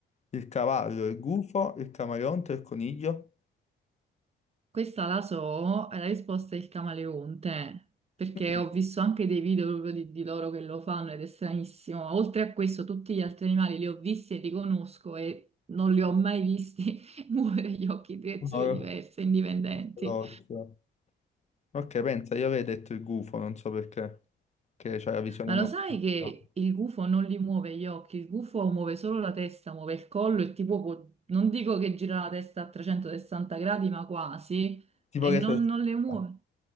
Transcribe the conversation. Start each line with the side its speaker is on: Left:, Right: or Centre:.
Left: Il cavallo, il gufo, il camaleonte, il coniglio.
Right: Questa la so, e la risposta è il camaleonte, perché
Left: Mm,
Right: ho visto anche dei video proprio di, di loro che lo fanno ed è stranissimo. Oltre a questo, tutti gli altri animali li ho visti e li conosco e non li ho mai visti <laughs> muovere gli occhi in direzioni
Left: un oro-
Right: diverse, indipendenti.
Left: un solo occhio. Ok, pensa, io avevo detto il gufo, non so perché, che c'ha la visione
Right: Ma
Left: notturna.
Right: lo sai che il gufo non li muove gli occhi, il gufo muove solo la testa, muove il collo e tipo può- non dico che gira la testa a 360 gradi, ma quasi,
Left: Tipo
Right: e
Left: che
Right: non,
Left: esorcista,
Right: non le muove,